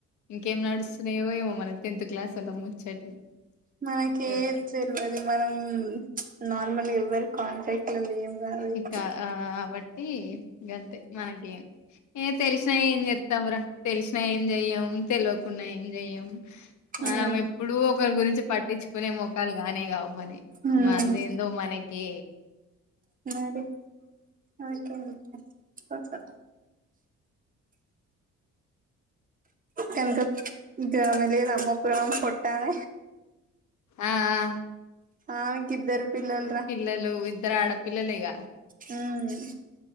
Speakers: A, on the left; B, on the right.
A: ఇంకేం నడుస్తున్నాయో ఏమో మన టెన్త్ క్లాస్ వల్ల ముచ్చట్లు
B: మనకి
A: యో,
B: ఏద్ తెల్వదు మనం నార్మల్ ఎవ్వరి కాంట్ర్రాక్ట్ ఎట్లుంది ఏంతి
A: ఇంకా ఆ కాబట్టి గంతే మనకేం ఏ తెలిసినా ఏం చెప్తాంరా తెలిసినా ఏం చెయ్యం తెల్వకుండా ఏం చెయ్యం
B: హ్మ్
A: మనం ఎప్పుడూ ఒకరి గురించి పట్టించుకునే ముఖాలు గానే కావు మని
B: హ్మ్
A: అందేందొ మనకి
B: అదే ఓకే ఓకే సంకత్ ఇంక అమే లేదు అమ్మపుర పొట్టమే
A: ఆ ఆ
B: ఆమెకిద్దరు పిల్లలరా
A: పిల్లలు ఇద్దరు ఆడపిల్లలేగా
B: మ్